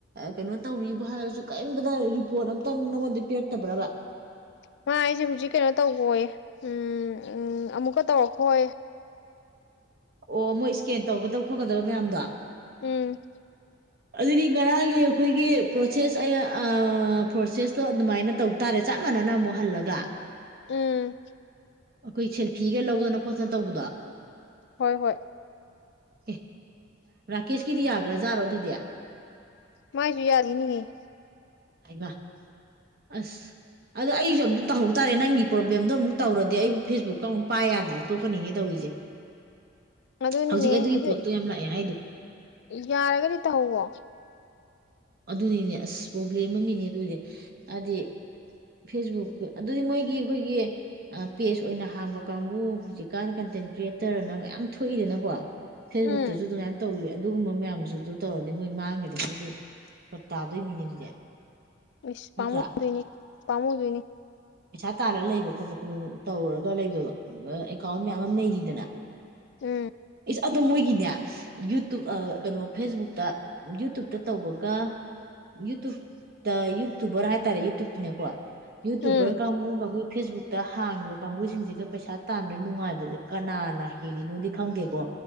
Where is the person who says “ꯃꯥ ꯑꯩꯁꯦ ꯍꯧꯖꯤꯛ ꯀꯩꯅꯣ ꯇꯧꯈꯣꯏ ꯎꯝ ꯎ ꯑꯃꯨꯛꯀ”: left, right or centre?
Left